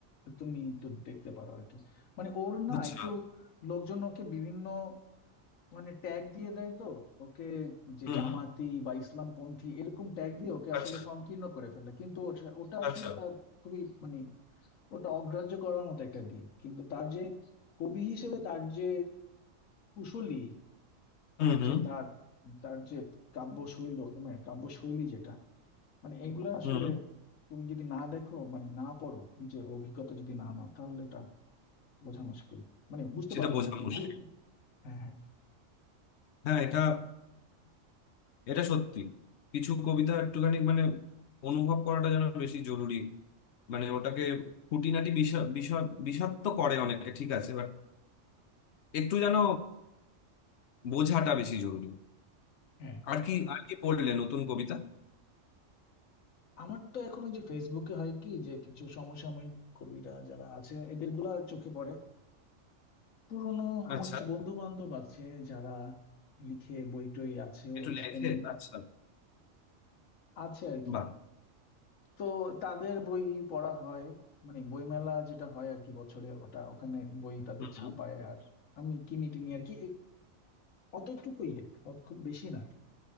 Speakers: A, on the left; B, on the left.
A: তুমি একটু দেখতে পারো আর কি মানে ওর না
B: আচ্ছা
A: একটু লোকজন ওকে বিভিন্ন মানে ট্যাগ দিয়ে দেয় তো ওকে যে
B: হুম
A: জামাতি বা ইসলামপন্থী এরকম ট্যাগ দিয়ে ওকে আসলে
B: আচ্ছা
A: সংকীর্ণ করে ফেলে কিন্তু ওটা ওটা আসলে
B: আচ্ছা
A: তার খুবই মানে ওটা অগ্রাহ্য করার মতো একটা দিক কিন্তু তার যে কবি হিসেবে তার যে কুশলী
B: হুম
A: আর
B: হুম
A: যে তার তার যে কাব্য শৈল মানে কাব্য শৈলী যেটা মানে এইগুলো আসলে
B: হুম
A: তুমি যদি না দেখো মানে না পড়ো নিজে অভিজ্ঞতা যদি না নাও তাহলে এটা বোঝা মুশকিল মানে বুঝতে
B: সেটা
A: পারবো
B: বোঝা
A: না আর কি
B: মুশকিল
A: ভুল হ্যাঁ হ্যাঁ
B: হ্যাঁ এটা <clears throat> এটা সত্যি কিছু কবিতা একটুখানি মানে অনুভব করাটা যেন বেশি জরুরি মানে ওটাকে খুঁটিনাটি বিষয় বিষয় বিষাদ তো করে অনেকে ঠিক আছে বাট একটু যেন বোঝাটা বেশি জরুরি
A: হ্যাঁ
B: আর কি আর কি পড়লে নতুন কবিতা
A: আমার তো এখন ওই যে ফেসবুকে হয় কি যে কিছু সমসাময়িক কবিরা যারা আছে এদের গুলা চোখে পড়ে পুরনো আমার
B: আচ্ছা
A: কিছু বন্ধু বান্ধব আছে যারা লিখে বই টই আছেও
B: একটু
A: তা
B: লেখে
A: এমন
B: আচ্ছা
A: আছে আর কি
B: বাহ
A: তো তাদের বই পড়া হয় মানে বইমেলা যেটা হয় আর কি বছরে ওটা ওখানে বই তাদের
B: হুম
A: ছাপায় আর আমি কিনি টিনি আর কি অতটুকুই অত খুব বেশি না